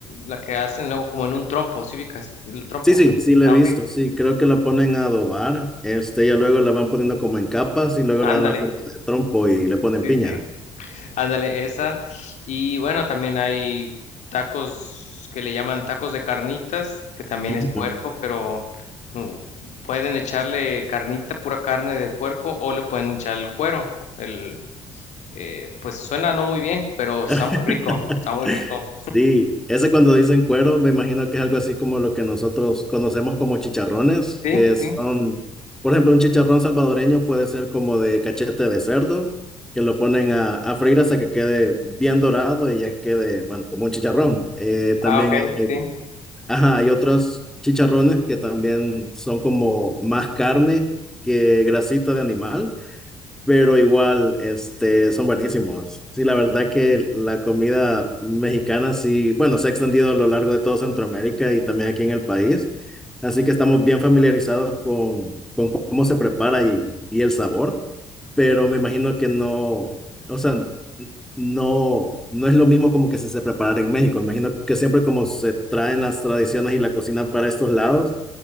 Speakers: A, on the left (about 55°); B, in the centre.
A: La que hacen luego como en un trompo, ¿sí ubicas? El trompo.
B: Sí, sí, sí, le
A: Ah,
B: he visto,
A: ok.
B: sí, creo que la ponen a adobar, este, ya luego la van poniendo como en capas y luego
A: Ándale,
B: le dan la forma de trompo y le ponen
A: sí,
B: piña.
A: sí, ándale, esa. Y bueno, también hay tacos que le llaman tacos de carnitas, que también
B: Ujú.
A: es puerco, pero mm, pueden echarle carnita, pura carne del puerco, o le pueden echar el cuero. El, eh, pues suena no muy bien, pero está
B: <laughs>
A: muy rico, está muy rico.
B: Sí, ese cuando dicen cuero, me imagino que es algo así como lo que nosotros conocemos como chicharrones,
A: Sí,
B: que
A: sí.
B: son, por ejemplo, un chicharrón salvadoreño puede ser como de cachete de cerdo, que lo ponen a, a freír hasta que quede bien dorado y ya quede, bueno, como un chicharrón. Eh,
A: Ah,
B: también
A: ok,
B: hay,
A: sí.
B: ajá, hay otros chicharrones que también son como más carne que grasita de animal pero igual, este, son buenísimos. Sí, la verdad que la comida mexicana sí, bueno, se ha extendido a lo largo de todo Centroamérica y también aquí en el país. Así que estamos bien familiarizados con, con cómo se prepara y, y el sabor, pero me imagino que no, o sea, no, no es lo mismo como que se, se preparara en México. Me imagino que siempre como se traen las tradiciones y la cocina para estos lados,